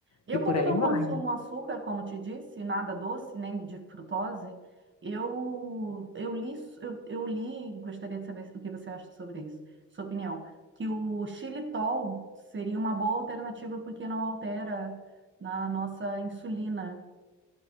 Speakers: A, on the right (about 40°); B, on the left (about 60°).
A: Eu,
B: E por
A: como
B: aí
A: não
B: vai.
A: consumo açúcar, como te disse, nada doce, nem de frutose, eu, eu li, eu, eu li, gostaria de saber o que você acha sobre isso, sua opinião, que o xilitol seria uma boa alternativa porque não altera na nossa insulina.